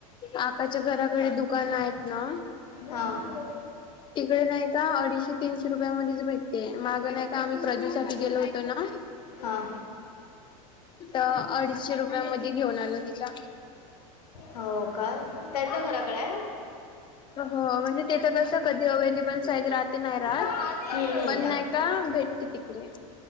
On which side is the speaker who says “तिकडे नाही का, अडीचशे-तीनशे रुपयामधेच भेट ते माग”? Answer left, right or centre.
Left